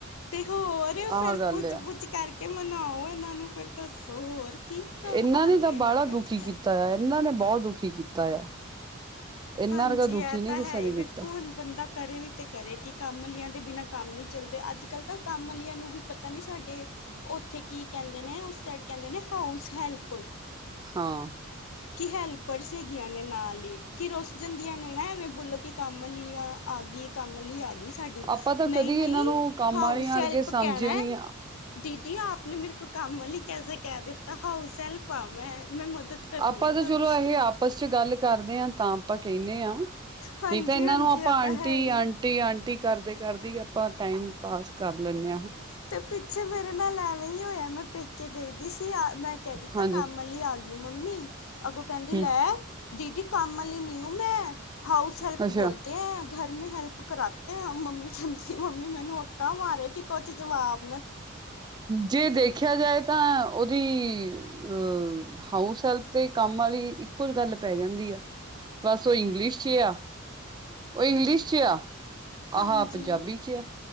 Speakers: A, on the left; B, on the right.
A: ਤੇ ਹੋਰ
B: ਆਹ
A: ਫੇਰ
B: ਗੱਲ
A: ਪੁੱਚ
B: ਆ
A: ਪੁੱਚ ਕਰਕੇ ਮਨਾਓ ਇਹਨਾਂ ਨੂੰ ਫਿਰ ਦੱਸੋ ਹੋਰ। ਕੀ
B: ਇਹਨਾਂ
A: ਹਾਲ
B: ਨੇ, ਤਾਂ
A: ਇਹਨਾਂ
B: ਵਾਲਾ
A: ਦੇ
B: ਦੁਖੀ
A: ਅੱਜ-ਕੱਲ੍ਹ
B: ਕੀਤਾ ਆ, ਇਹਨਾਂ ਨੇ ਬੋ ਦੁੱਖੀ ਕੀਤਾ ਆ। ਇਹਨਾਂ
A: ਹਾਂਜੀ,
B: ਵਰਗਾ ਦੁਖੀ
A: ਐ
B: ਨੀ
A: ਤੇ
B: ਕਿਸੇ
A: ਹੈਈ
B: ਨੇ ਕੀਤਾ
A: ਵੇਖੋ ਹੁਣ। ਬੰਦਾ ਕਰੇ ਵੀ ਤਾਂ ਕਰੇ ਕਿ ਕੰਮ ਆਲੀਆਂ ਦੇ ਬਿਨਾਂ ਕੰਮ ਨੀ ਚੱਲਦੇ, ਅੱਜ-ਕੱਲ੍ਹ ਤਾਂ ਕੰਮ ਆਲੀਆਂ ਨੂੰ ਵੀ ਪਤਾ ਨੇ ਸਾਡੇ। ਉੱਥੇ ਕੀ ਕਹਿੰਦੇ ਨੇ? ਉਸ ਸਾਈਡ ਕਹਿੰਦੇ ਨੇ, ਹਾਊਸ ਹੈਲਪ।
B: ਹਾਂ।
A: ਕੀ ਹੈਲਪਰਸ ਹੈਗੀਆਂ ਨੇ ਨਾਲ ਈ? ਕਿ ਰਸ ਜਾਂਦੀਆਂ ਨੇ ਨਾ ਐਵੇਂ ਬੋਲੋ, ਕਿ ਕੰਮ ਲਈ ਆ ਆ ਗੀ, ਕੰਮ ਲਈ ਆ ਗੀ। ਸਾਡੀ
B: ਆਪਾਂ ਤਾਂ
A: ਨਈ
B: ਕਦੀ
A: ਨਈ
B: ਇਹਨਾਂ ਨੂੰ ਕੰਮ
A: ਹਾਊਸ
B: ਵਾਲੀਆਂ
A: ਸੈਲਪ
B: ਵਰਗੇ ਸਮਝੇ
A: ਕਹਿਣਾ,
B: ਨੀ
A: ਦੀਦੀ ਆਪ ਨੇ ਮੇਰੇ ਕੋ ਕੰਮ ਆਲੀ ਕੈਸੇ ਕਹਿ ਦਿੱਤਾ? ਹਾਊਸ ਹੈਲਪ ਆ ਮੈਂ ਮੈਂ ਮਦਦ ਕਰਨੀ
B: ਆਪਾਂ
A: ਆ
B: ਤਾਂ
A: ਤੁਹਾਡੀ
B: ਚਲੋ, ਇਹ ਆਪਸ ਚ ਗੱਲ ਕਰਦੇ ਆ। ਤਾਂ ਆਪਾਂ ਕਹਿਣੇ ਆ। ਨਹੀਂ
A: ਹਾਂਜੀ
B: ਤਾਂ ਇਹਨਾਂ
A: ਹਾਂਜੀ
B: ਨੂੰ ਆਪਾਂ
A: ਇਹ
B: ਆਂਟੀ,
A: ਤਾਂ ਹੈ ਹੀ
B: ਆਂਟੀ, ਆਂਟੀ, ਕਰਦੇ-ਕਰਦੇ ਆਪਾਂ ਟਾਈਮ ਪਾਸ ਕਰ ਲੈਣੇ।
A: ਤੇ ਪਿੱਛੇ ਮੇਰੇ ਨਾਲ ਹੋਇਆ, ਮੈਂ ਪੇਕੇ ਗਈ ਦੀ ਸੀ ਮੈਂ ਕਹਿ ਦਿੱਤਾ
B: ਹਾਂਜੀ
A: ਕੰਮ ਆਲੀ ਆ ਗੀ ਮੰਮੀ। ਅੱਗੋਂ ਕਹਿੰਦੀ
B: ਹਮ
A: ਲੈ ਦੀਦੀ ਕੰਮ ਆਲੀ ਨੀ ਹੁਤ ਮੈਂ ਹਾਊਸ ਹੈਲਪ
B: ਅੱਛਾ
A: ਬੋਲਦੇ ਐ। ਗਰ ਮੇ ਹੈਲਪ ਕਰਾਤੇ ਆ ਮੰਮੀ ਕਹਿੰਦੀ ਮੰਮੀ ਮੈਨੂੰ ਹੱਕਾਂ ਮਾਰੇ, ਕਿ ਕੁੱਝ ਜਵਾਬ
B: ਜੇ ਦੇਖਿਆ ਜਾਏ ਤਾਂ ਉਹਦੀ, ਅਹ ਹਾਊਸ ਹੈਲਪ ਤੇ ਕੰਮ ਆਲੀ, ਇੱਕੋ ਗੱਲ ਪੈ ਜਾਂਦੀ ਆ, ਬਸ ਉਹ ਇੰਗਲਿਸ਼ ਚ ਆ। ਓ ਇੰਗਲਿਸ਼ ਚ ਆ, ਆ
A: ਹਾਂਜੀ
B: ਹਾਂ ਪੰਜਾਬੀ ਚ ਆ।